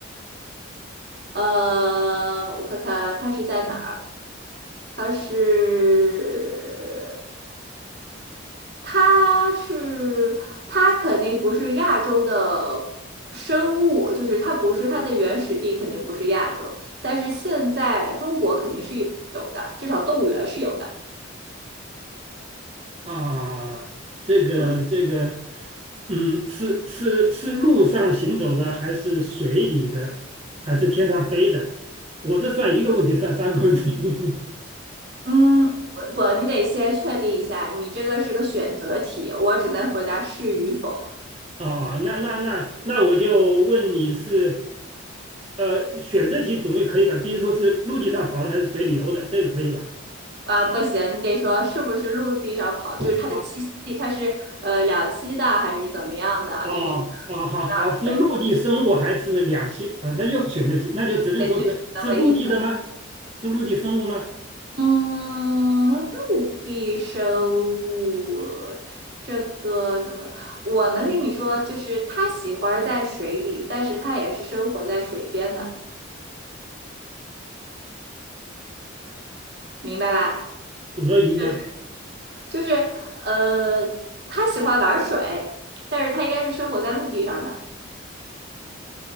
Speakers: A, on the right; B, on the right.
A: 呃，我看看它是在哪儿？它是，它是，它肯定不是亚洲的生物，就是它不是它的原始地肯定不是亚洲，但是现在中国肯定是有的，至少动物园是有的。
B: 啊，这个这个，
A: 嗯，
B: 嗯，是是是路上行走的，还是水里的，还是天上飞的？我这算一个问题，算三个问题。<laughs>
A: 嗯，不不，你得先确定一下，你这个是个选择题，我只能回答是与否。
B: 啊，那那那那我就问你是，呃，选择题总也可以吧？比如说是陆地上跑的还是水里游的，这个可以吧？
A: 啊，不行，你得说是不是陆地上跑，就是它的栖息地，
B: 哦
A: 它是呃两栖的还是怎么样的？
B: 哦哦，
A: 就是
B: 好好，
A: 这样子可以，
B: 是陆地生物还是两栖？呃，那又是选择题，那就只能说是是陆地的吗？
A: 对，这是能唯一的。
B: 是陆地生物吗？
A: 嗯，陆地生物这个怎么？我能跟你说，就是它喜欢在水里，但是它也是生活在水边的，明白吧？
B: 鳄鱼吗？
A: 就是就是呃，它喜欢玩水，但是它应该是生活在陆地上的。